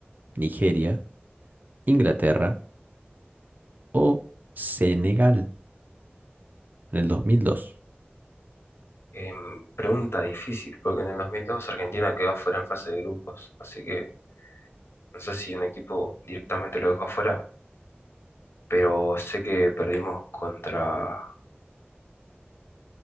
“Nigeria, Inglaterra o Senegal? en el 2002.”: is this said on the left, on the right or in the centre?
Right